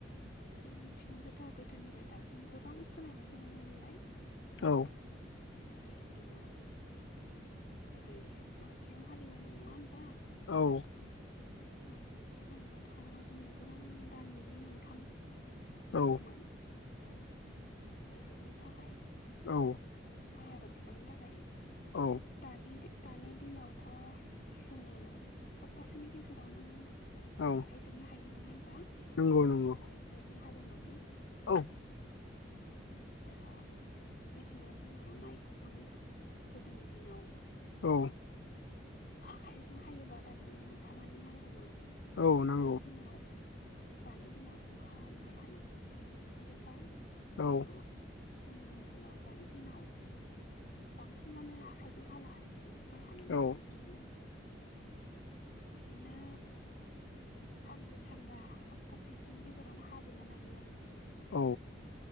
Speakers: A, on the left (about 50°); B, on the left (about 85°).
A: जोंनिथिंबो दा गोदोनिफ्राय दासिम गोबां सोलायनायखौ नुनो मोनबाय।
B: औ।
A: जिहेथु गोदो मोसौजों हालेमोन नङा होनबा।
B: औ।
A: मोसौजों हालेवबाथ' जोंनो गोबां दान मोननै मोनथाम नांगौमोन
B: औ
A: गायजोबनो थाखाय।
B: औ।
A: माय आबादखौ गायनो थाखाय।
B: औ
A: दानि दि दानि दिनावथ' जोङो सप्तासेनि गेजेरावनो
B: औ
A: गायजोबनो हायो नङा होनबा। ट्रेक्टरजों
B: नंगौ नंगौ
A: हालेवनानै
B: औ।
A: दा बिदिनो जोङो माइखौबो गोदोनि दिनाव
B: औ।
A: आखाइजों हायोबा दान मोननै मोनथामानो नांगौमोन।
B: औ नों
A: दानि दिनाव दानि दिनाव जोंहा माइ हानाय मेचिन मोनफैजोबबाय। जिहेथु
B: औ
A: जोंनि ओनसोलाव दानि दिनाव बांसिनानो आखायजों हाला आरोखि माइ हानाय मेसिनजोंनो
B: औ
A: बिदिनो सानब्रै सानबा सप्तासे बिदिनि गेजेरावनो हाजोबना लायो आरोखि।
B: औ।